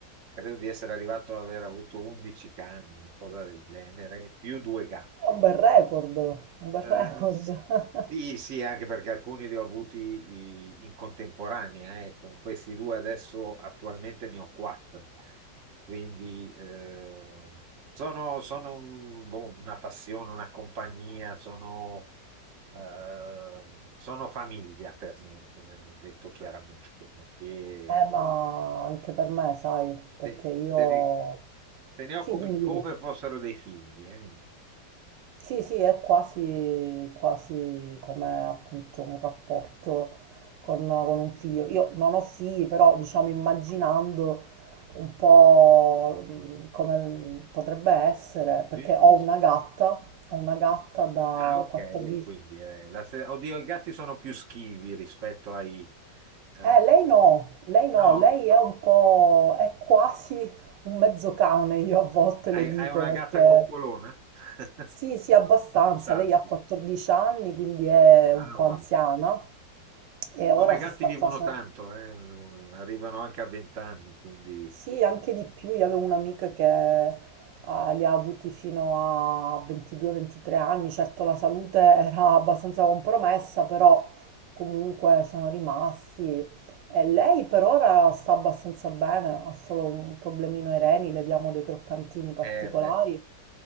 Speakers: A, on the right (about 50°); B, on the right (about 80°).
A: credo di essere arrivato ad aver avuto 11 cani, una cosa del genere, e più due gatte.
B: È un bel record, un bel
A: Eh,
B: record. <laughs>
A: sì, sì, anche perché alcuni li ho avuti i- in contemporanea, eh. Con questi due adesso attualmente ne ho quattro, quindi eh, sono, sono un- boh, una passione, una compagnia, sono, eh, sono famiglia per me, eh, detto chiaramente, perché
B: Eh, ma anche per me, sai, perché
A: te,
B: io...
A: te ne, te ne occupi
B: Sì, dimmi,
A: come
B: dimmi.
A: fossero dei figli, eh.
B: Sì, sì, è quasi, quasi come appunto un rapporto con, con un figlio. Io non ho figli, però diciamo immaginando un po' mh, come potrebbe essere, perché
A: Sì, sì.
B: ho una gatta, ho una gatta da
A: Ah, ok,
B: 14
A: e quindi eh, la se- oddio, i gatti sono più schivi rispetto ai... eh,
B: Eh, lei no, lei no,
A: no?
B: lei è un po', è quasi un mezzo cane, io a volte
A: Hai,
B: le dico,
A: hai una
B: perché
A: gatta coccolona? <laughs>
B: sì, sì, abbastanza,
A: Fantastico.
B: lei ha 14 anni, quindi è un
A: Ah,
B: po'
A: guarda.
B: anziana e ora
A: Come i gatti
B: si sta
A: vivono
B: facendo,
A: tanto, eh, mm, arrivano anche a 20 anni, quindi...
B: Sì, anche di più. Io avevo un'amica che eh, li ha avuti fino a 22-23 anni. Certo, la salute era abbastanza compromessa, però comunque sono rimasti. E lei per ora sta abbastanza bene, ha solo un problemino ai reni, le diamo dei croccantini particolari.
A: Eh, beh,